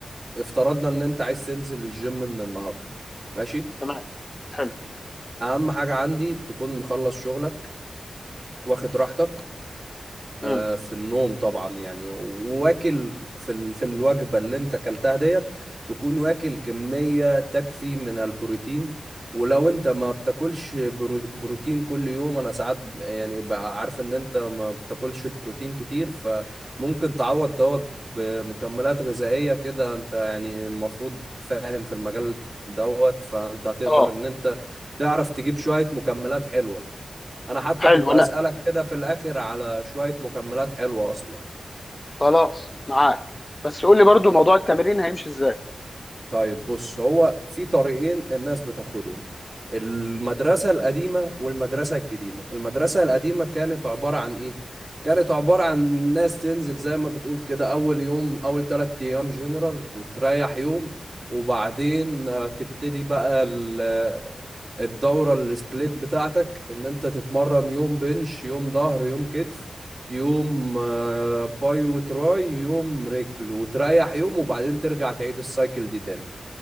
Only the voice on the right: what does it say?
افترضنا ان انت عايز تنزل الجيم من النهاردة ماشي
اهم حاجة عندي تكون مخلص شغلك واخد راحتك
آه، في النوم طبعا يعني واكل في ال... في الوجبه اللي انت اكلتها ديت تكون واكل كميه تكفي من البروتين ولو انت ما بتاكلش برو... بروتين كل يوم انا ساعات يعني بقى عارف ان انت ما بتاكلش البروتين كتير فممكن تعوض دوت بمكملات غذائيه كده انت يعني المفروض فاهم في المجال دوت فانت هتقدر
ان انت تعرف تجيب شويه مكملات حلوه انا حتى
كنت
هسألك كده في الاخر على شوية مكملات حلوة اصلا
طيب بص هو في طريقين الناس بتاخدهم المدرسة القديمة والمدرسة الجديدة المدرسة القديمة كانت عبارة عن إيه؟ كانت عبارة عن ناس تنزل زي ما بتقول كده أول يوم أول تلات أيام جنرال وتريح يوم وبعدين آه، تبتدي بقى ال- آه، الدورة السبليت بتاعتك إن أنت تتمرن يوم بنش يوم ظهر يوم كتف يوم آه، باي وتراي يوم رجل وتريح يوم وبعدين ترجع تعيد السايكل دي تاني